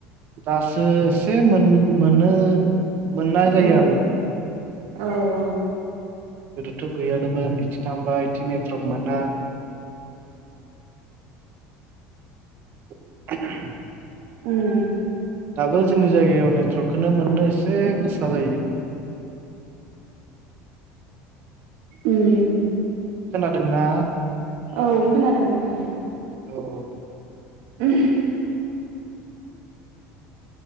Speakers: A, on the right; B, on the right.
A: दासो एसे मोनो मोननाय जायो
B: औ
A: आरो
B: औ औ
A: <inaudible> गैयानोमोन बिथिं थांबा बिथिं नेट्रवाक मोना <inaudible>
B: उम
A: दाबो जोंनि जायगायाव नेटवर्कखौ मोननो एसे गोसा जायो
B: उम
A: खोनादोंना?
B: औ खोनादों खोनादों
A: औ
B: उम